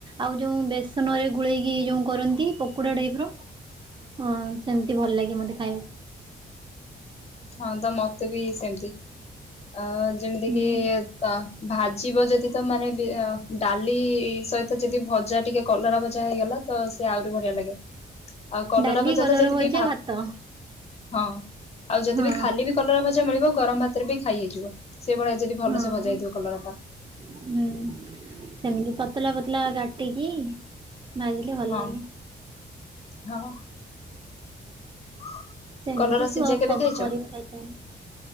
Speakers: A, on the right; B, on the left.
A: ଆଉ ଯେଉଁ ବେସନରେ ଗୋଳେଇକି ଯେଉଁ କରନ୍ତି ପକୋଡ଼ା ଟାଇପ୍ ର ହଁ, ସେମିତି ଭଲ ଲାଗେ ମତେ ଖାଇବାକୁ।
B: ହଁ ତ ମତେ ବି ସେମିତି ଆ ଯେମିତି
A: ହୁଁ
B: କିି ତ ଭାଜିବ ଯଦି ତ ମାନେ ଡାଲି ସହିତ ଯଦି ଭଜା ଟିକେ କଲରା ଭଜା ହେଇଗଲା। ତ ସେ ଆହୁରି ବଢିଆ ଲାଗେ। ଆଉ
A: ଡାଲି
B: ଭଜା
A: କଲରା
B: ତ ଯଦି
A: ଭଜା,
B: ବି
A: ଭାତ
B: ହଁ ଆଉ ଯଦି
A: ହଁ
B: ବି ଖାଲି ବି କଲରା ଭଜା ମିଳିବ ଗରମ ଭାତରେ ବି ଖାଇ ହେଇଯିବ, ସେ ଭଳିଆ ଯଦି ଭଲସେ
A: ହଁ
B: ଭଜା ହେଇଥିବ କଲରା ଟା।
A: ହୁଁ ସେମିତି ପତଲା ପତଲା କାଟିକି ଭାଜିଲେ ଭଲ
B: ହଁ
A: ଲାଗେ।
B: ହଁ, <unintelligible>
A: ସେମିତି
B: କଲରା
A: ସବୁ
B: ସିଝା କେବେ ଖାଇଛ
A: ପରିବା ଖାଇଥାନ୍ତୁ।